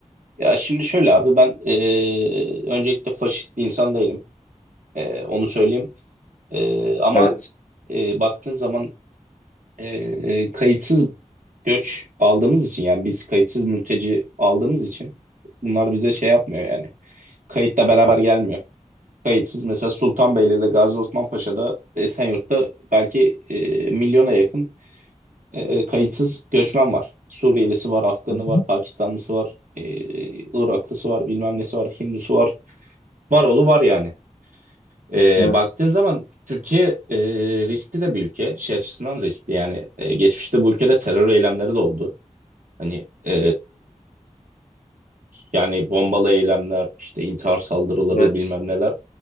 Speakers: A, on the right; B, on the left.
A: Ya şimdi şöyle abi ben e, öncelikle faşist bir insan değilim. E, onu söyleyeyim. E, ama
B: Evet.
A: e, baktığın zaman e, kayıtsız göç aldığımız için yani biz kayıtsız mülteci aldığımız için bunlar bize şey yapmıyor yani. Kayıtla beraber gelmiyor. Kayıtsız mesela Sultanbeyli'de, Gazi Osman Paşa'da, Esenyurt'ta belki e, milyona yakın e, e, kayıtsız göçmen var. Suriyelisi var, Afganı
B: Hı hı.
A: var, Pakistanlısı var, e, Iraklısı var, bilmem nesi var, Hindusu var. Var oğlu var yani. E,
B: Evet.
A: baktığın zaman Türkiye e, riskli de bir ülke. Şey açısından riskli yani. E, geçmişte bu ülkede terör eylemleri de oldu. Hani e, yani bombalı eylemler, işte intihar saldırıları
B: Evet.
A: bilmem neler.